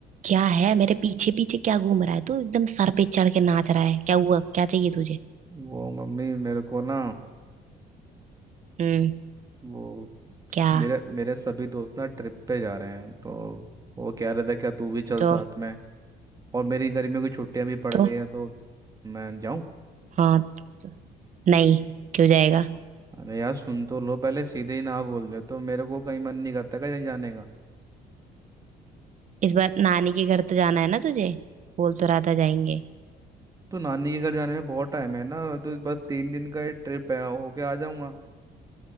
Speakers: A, on the right (about 45°); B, on the right (about 20°).
A: क्या है मेरे पीछे पीछे क्या घूम रहा है तू एकदम सर पे चढ़ के नाच रहा है क्या हुआ क्या चाहिए तुझे
B: वो मम्मी मेरे को ना
A: हम्म
B: वो स-
A: क्या
B: मेरे मेरे सभी दोस्त ना ट्रिप पे जा रहे हैं तो वो कह रहे थे क्या तू भी चल
A: तो
B: साथ में और मेरी गर्मियों की छुट्टियां भी पड़
A: तो
B: गई हैं तो मैं जाऊं
A: हाँ तो, नहीं क्यों जाएगा
B: अरे यार सुन तो लो पहले सीधे ही ना बोल दे तो मेरे को कहीं मन नहीं करता कहीं जाने का
A: इस बार नानी के घर तो जाना है ना तुझे बोल तो रहा था जाएंगे
B: तो नानी के घर जाने में बहुत टाइम है ना तो बस तीन दिन का ही ट्रिप है होके आ जाऊंगा